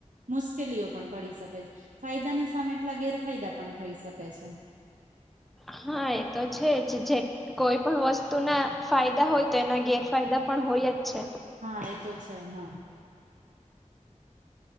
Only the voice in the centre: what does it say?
હા એ તો છે જ જે કોઈ પણ વસ્તુ તું ના ફાયદા હોય તો એના ગેરફાયદા પણ હોય જ છે.